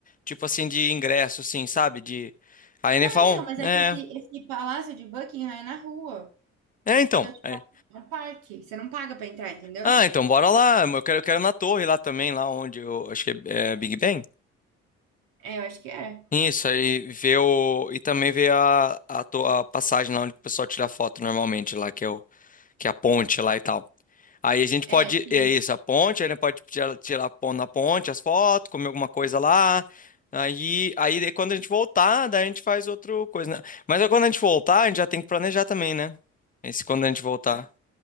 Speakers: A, on the left; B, on the right.
A: tipo assim de ingresso, assim, sabe? De aí
B: Não,
A: nem falam,
B: então, mas é
A: é,
B: que esse, esse Palácio de Buckingham é na rua.
A: é então,
B: Então, tipo,
A: é.
B: é um parque. Você não paga pra entrar, entendeu?
A: Ah, então bora lá. Eu quero, eu quero na torre lá também, lá onde eu acho que é, é Big Ben.
B: É, eu acho que é.
A: Isso aí ver o e também ver a, a, to- a passagem lá onde o pessoal tira foto normalmente lá que é o que é a ponte lá e tal. Aí a gente
B: É,
A: pode,
B: sim.
A: é isso, a ponte, aí a gente pode tirar, tirar pon- na ponte as fotos, comer alguma coisa lá. Aí, aí daí quando a gente voltar, daí a gente faz outra coisa, né? Mas aí quando a gente voltar, a gente já tem que planejar também, né? Esse quando a gente voltar.